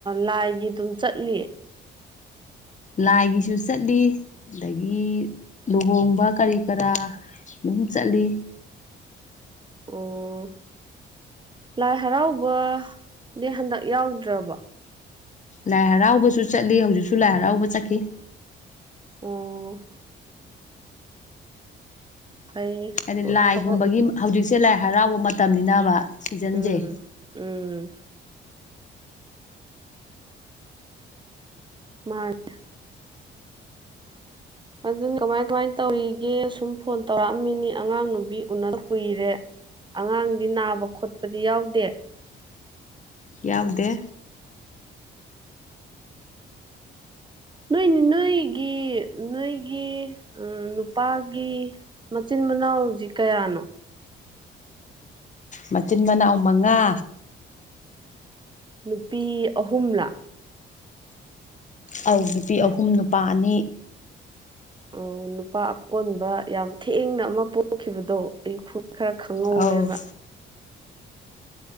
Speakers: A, on the right (about 25°); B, on the left (about 40°).
A: ꯂꯥꯏꯒꯤ ꯑꯗꯨꯝ ꯆꯠꯂꯤ
B: ꯂꯥꯏꯒꯤꯁꯨ ꯆꯠꯂꯤ ꯑꯗꯒꯤ ꯂꯨꯍꯣꯡꯕ ꯀꯔꯤ ꯀꯔꯥ ꯑꯗꯨꯨꯝ ꯆꯠꯂꯤ
A: ꯑꯣ ꯂꯥꯏ ꯍꯔꯥꯎꯕꯗꯤ ꯍꯟꯗꯛ ꯌꯥꯎꯗ꯭ꯔꯕ
B: ꯂꯥꯏ ꯍꯔꯥꯎꯕꯁꯨ ꯆꯠꯂꯤ ꯍꯧꯖꯤꯛꯁꯨ ꯂꯥꯏ ꯍꯔꯥꯎꯕ ꯆꯠꯈꯤ
A: ꯑꯣ ꯐꯩ
B: ꯍꯥꯏꯗꯤ ꯂꯥꯏꯒꯨꯝꯕꯒꯤ
A: ꯊꯕꯛ
B: ꯍꯧꯖꯤꯛꯁꯦ ꯂꯥꯏ ꯍꯔꯥꯎꯕ ꯃꯇꯝꯅꯤꯅꯕ ꯁꯤꯖꯟꯁꯦ
A: ꯎꯝ ꯎꯝ ꯃꯥꯥꯡ ꯑꯗꯨꯅ ꯀꯃꯥꯏ ꯀꯃꯥꯏ ꯇꯧꯔꯤꯒꯦ ꯁꯨꯝ ꯐꯣꯟ ꯇꯧꯔꯛꯑꯝꯃꯤꯅꯤ ꯑꯉꯥꯡ ꯅꯨꯕꯤ ꯎꯅ ꯀꯨꯏꯔꯦ ꯑꯉꯥꯡꯗꯤ ꯅꯥꯕ ꯈꯣꯠꯄꯗꯤ ꯌꯥꯎꯗꯦ
B: ꯌꯥꯎꯗꯦ
A: ꯅꯣꯏꯅꯤ ꯅꯣꯏꯒꯤ ꯅꯣꯏꯒꯤ ꯎ ꯅꯨꯄꯥꯒꯤ ꯃꯆꯤꯟ ꯅ ꯍꯧꯖꯤ ꯀꯌꯥꯅꯣ
B: ꯃꯆꯤꯟ ꯃꯅꯥꯎ ꯃꯉꯥ
A: ꯅꯨꯄꯤ ꯑꯍꯨꯝꯂꯥ
B: ꯑ ꯅꯨꯄꯤ ꯑꯍꯨꯝ ꯅꯨꯄꯥ ꯑꯅꯤ
A: ꯑꯣ ꯅꯨꯄꯥ ꯑꯀꯣꯟꯕ ꯌꯥꯝ ꯊꯦꯡꯅ ꯑꯃ ꯄꯣꯛꯈꯤꯕꯗꯣ ꯑꯌꯨ ꯈꯔ ꯈꯪꯍꯧꯋꯦꯕ
B: ꯑꯧ